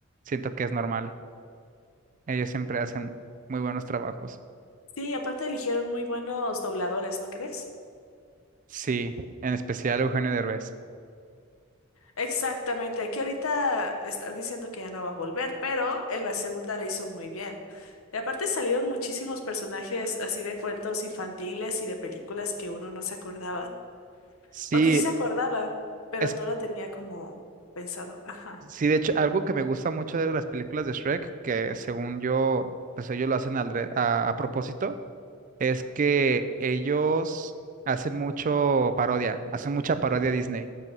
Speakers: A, on the right; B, on the left.
A: siento que es normal. Ellos siempre hacen muy buenos trabajos.
B: Sí, aparte eligieron muy buenos dobladores, ¿no crees?
A: Sí, en especial Eugenio Derbez.
B: Exactamente, aquí ahorita están diciendo que ya no va a volver, pero en la segunda le hizo muy bien. Y aparte salieron muchísimos personajes así de cuentos infantiles y de películas que uno no se acordaba.
A: Sí,
B: O que sí se acordaba, pero
A: es
B: no lo tenía como pensado. Ajá.
A: Sí, de hecho, algo que me gusta mucho de las películas de Shrek, que según yo, pues ellos lo hacen al dre- a, a propósito, es que ellos hacen mucho parodia, hacen mucha parodia a Disney,